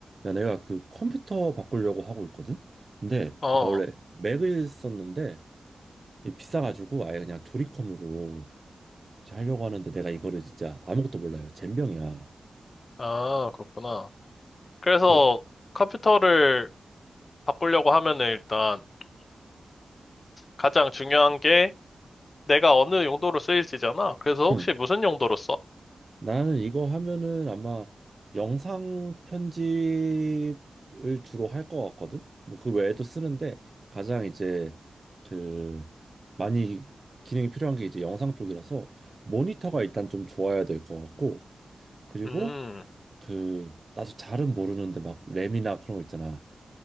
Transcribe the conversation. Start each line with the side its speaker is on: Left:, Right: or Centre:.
Right: 야, 내가 그 컴퓨터 바꾸려고 하고 있거든? 근데
Left: 어,
Right: 내가 원래 맥을 썼는데 이게 비싸가지고 아예 그냥 도리컴으로 이제 하려고 하는데 내가 이거를 진짜 아무것도 몰라요. 젬병이야.
Left: 아, 그렇구나. 그래서
Right: 응.
Left: 컴퓨터를 바꾸려고 하면은 일단 가장 중요한 게 내가 어느 용도로 쓰일지잖아. 그래서 혹시
Right: 응. 응.
Left: 무슨 용도로 써?
Right: 나는 이거 하면은 아마 영상 편집을 주로 할 것 같거든? 뭐 그 외에도 쓰는데 가장 이제 그 많이 기능이 필요한 게 이제 영상 쪽이라서 모니터가 일단 좀 좋아야 될 것 같고 그리고
Left: 음,
Right: 그 나도 잘은 모르는데 막 램이나 그런 거 있잖아.